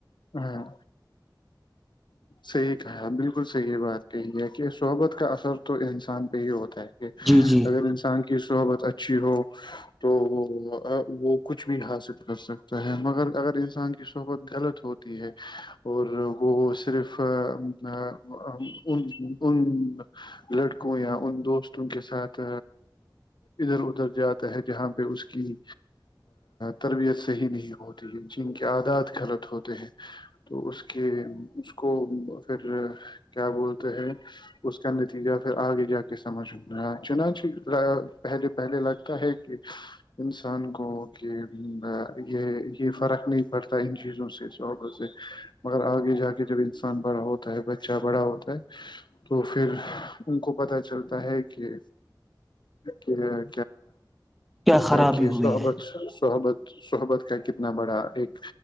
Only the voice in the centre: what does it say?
جی جی
خرابی
ہوئی
ہے